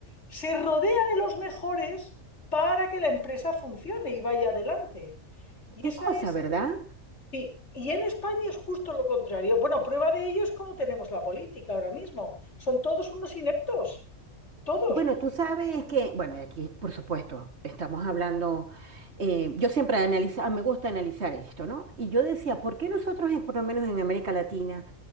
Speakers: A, on the left; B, on the right.
A: se rodea de los mejores para que la empresa funcione y vaya adelante. Y
B: Qué
A: esa
B: cosa,
A: es
B: ¿verdad?
A: Sí, y en España es justo lo contrario. Bueno, prueba de ello es cómo tenemos la política ahora mismo. Son todos unos ineptos, todos.
B: Bueno, tú sabes que, bueno, y aquí por supuesto estamos hablando, eh, yo siempre analiza, me gusta analizar esto, ¿no? Y yo decía, ¿por qué nosotros, en- por lo menos en América Latina,